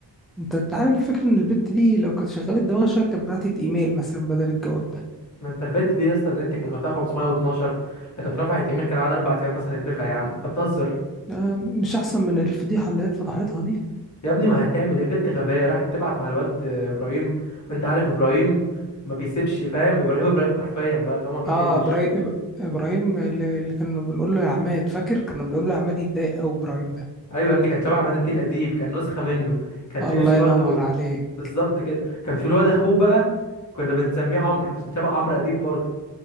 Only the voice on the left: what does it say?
ما انت البت دي اصلا النت كان وقتها 512 ده كانت رفعت ايميل كان قعد اربع ايام مثلا يترفع يا عم انت بتهزر
يا ابني ما هتعمل ايه بنت غبية راحت تبعت مع الواد ابراهيم وانت عارف ابراهيم ما بيسيبش فاهم ابراهيم ابراهيم حرفيا بقى اللي هو ما بيحلش
ايوه يا ابني كان شبه عماد الدين اديب كان نسخة منه كان
تحسه
برضو
بالظبط كده كان في الواد اخوه بقى كنا بنسميه عمرو عشان شبه عمرو اديب برضو